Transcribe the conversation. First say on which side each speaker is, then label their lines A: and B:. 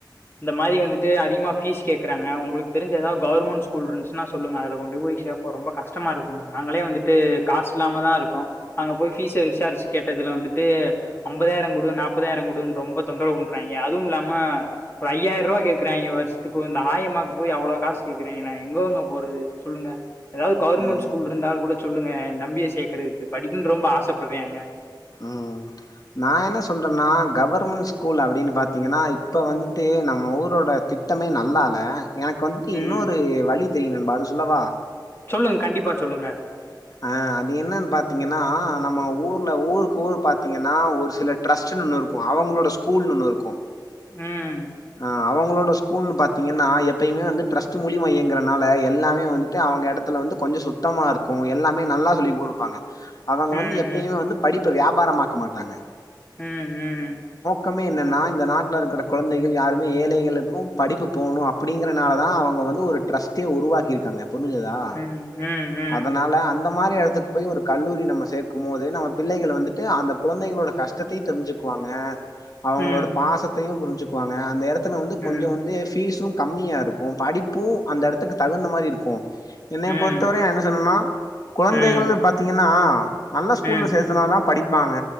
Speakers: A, on the left; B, on the left.
A: இந்த மாரி வந்துட்டு அதிகமா பீஸ் கேக்குறாங்க ஒங்களுக்கு தெரிஞ்ச ஏதாவது கவர்மெண்ட் ஸ்கூல் இருந்துச்சுன்னா சொல்லுங்க அதுல கொண்டு போய் கேட்போ ரொம்ப கஷ்டமா இருக்கு நாங்களே வந்துட்டு காசு இல்லாம தா இருக்கோ அங்க போய் பீஸ்ச விசாரிச்சு கேட்டது த வந்துட்டு ஐம்பதாயிரம் குடு நாப்பதாயிரம் குடுன்னு ரொம்ப தொந்தரவு பண்றாய்ங்க அதுவும் இல்லாம ஒர் ஐயாயிரோ ரூபா கேக்குறாய்ங்க வருஷதுக்கு இந்த ஆயமாக்கு போய் அவ்ளோ காசு கேக்குறாய்ங்கென்னா எங்க போறது சொல்லுங்க ஏதாது கவர்மெண்ட்
B: ஆ
A: ஸ்கூல் இருந்தால கூட சொல்லுங்க தம்பியே சேக்கரதுக்கு படிக்கனும்னு ரொம்ப ஆசைப்படுறாய்ங்க
B: உம் நா என்ன சொல்றேன்னா கவர்மெண்ட் ஸ்கூல் அப்டின்னு பாத்தீங்கன்னா இப்ப வந்துட்டு தே நம்ம ஊரோட திட்டமே நல்லால்ல எனக்கு வந்துட்டு இன்னொரு
A: ம்
B: வழி தெரியு நண்பா அது சொல்லவா
A: சொல்லுங்க கண்டிப்பா சொல்லுங்க
B: ஆ அது என்னன்னு பாத்தீங்கென்னா நம்ம ஊர்ல ஊருக்கு ஊரு பாத்தீங்கென்னா ஒரு சில ட்ரஸ்ட் ஒண்ணு இருக்கு அவங்களோட ஸ்கூல் ஒண்ணு இருக்கு
A: உம்
B: ஆ அவங்களோட ஸ்கூல் பாத்தீங்கென்னா எப்பயுமே வந்து ட்ரஸ்ட் மூலியம இயங்கிறனால எல்லாமே வந்துட்டு அவங்க இடத்துல வந்து கொஞ்சோ சுத்தமா இருக்கு எல்லாமே நல்லா சொல்லி குடுப்பாங்க அவங்க
A: ம்
B: வந்து எப்பயுமே வந்து படிப்ப வியாபாரமாக்க மாட்டாங்க
A: உம் உம்
B: சுத்தமே இல்லேனா இந்த நாட்டில இருக்கற கொழந்தை யாருமே ஏழைகளுக்கு படிப்பு போணு அப்டிங்கறனால தா அவுங்க வந்து ஒரு ட்ரஸ்டே உருவாக்கி இருக்காங்க புரிஞ்சதா
A: ம், ம், ம்.
B: அதனால அந்த மாரி எடத் க்கு போய் ஒரு கல்லூரி நம்ம சேர்க்கு போது நம்ம பிள்ளைகள் வந்துட்டு அந்த குழந்தைகளோட கஷ்டத்தையு தெரிஞ்சுக்குவாங்க அவுங்களோட
A: ம்,
B: பாசத்தையு புரிஞ்சுக்குவாங்க அந்த இடத்துல வந்து
A: ம்,
B: கொஞ்சம் வந்து பீஸ்சு கம்மியா இருக்கு படிப்பு அந்த இடத்துக்கு தகுந்த மாரி இருக்கு என்னைய
A: ம்,
B: பொறுத்தவரையு என்ன சொன்னனா குழந்தைகள்னு
A: ம்,
B: பாத்தீங்கன்னா நல்ல ஸ்கூல்ல
A: ம், ம்,
B: சேத்துனாதா படிப்பாங்க